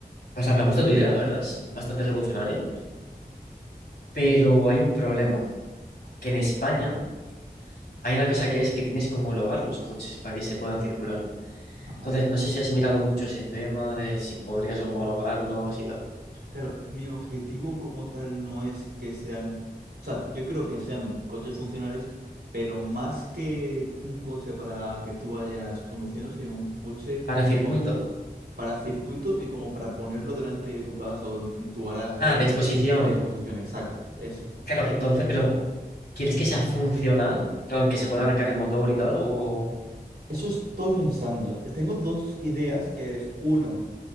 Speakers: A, on the left (about 80°); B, on the right (about 85°).
A: o sea, me gusta tu idea, la verdad, es bastante revolucionaria, pero hay un problema, que en España Hay una cosa que es que tienes que homologar los coches para que se puedan circular.
B: Ajá.
A: Entonces, no sé si has mirado mucho ese tema de si podrías homologarlos y tal.
B: Claro, mi objetivo como tal no es que sean, o sea, yo creo que sean coches funcionales, pero más que un coche para que tú vayas conduciendo, sino un coche
A: Para circuito.
B: co- para circuito y como para ponerlo delante de tu casa o en tu garaje
A: Ah, de exposición.
B: de exposición, exacto, eso,
A: Claro,
B: exposición.
A: entonces, pero ¿quieres que sea funcional? Claro, que se pueda arrancar el motor y tal, o...
B: Eso estoy pensando. Eh, Tengo dos ideas, que es uno.